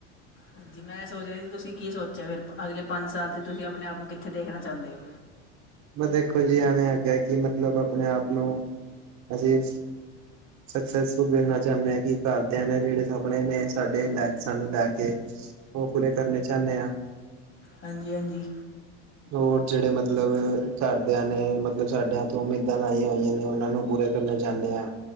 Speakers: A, on the left; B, on the right.
A: ਹਾਂਜੀ ਮੈਂ ਸੋਚ ਰੀ ਤੁਸੀਂ ਕੀ ਸੋਚਿਆ ਫਿਰ ਅਗਲੇ ਪੰਜ ਸਾਲ ਤੇ ਤੁਸੀਂ ਆਪਣੇ ਆਪ ਨੂੰ ਕਿੱਥੇ ਦੇਖਣਾ ਚਾਦੇ ਓ?
B: ਬਾ ਦੇਖੋ ਜੀ ਐਵੇਂ ਆਗਿਆ ਕਿ ਮਤਲਬ ਆਪਣੇ ਆਪ ਨੂੰ ਅਸੀਂ ਸਕਸੈਸਫੁਲ ਵੇਖਣਾ ਚਾਨੇ ਆ ਕਿ ਘਰ ਦਿਆਂ ਨੇ ਜਿਹੜੇ ਸਪਨੇ ਨੇ ਸ ਓ ਪੂਰੇ ਕਰਨੇ ਚਾਨੇ ਆ।
A: ਹਾਂਜੀ-ਹਾਂਜੀ
B: ਹੋਰ ਜੇੜੇ ਮਤਲਬ ਕਰਦਿਆਂ ਨੇ ਮਤਲਬ ਸਾਡਿਆਂ ਤੋਂ ਉਮੀਦਾਂ ਲਾਈਆਂ ਹੋਈਆਂ ਨੇ ਓਨਾਂ ਨੂੰ ਪੂਰੇ ਕਰਨਾ ਚਾਨੇ ਆ।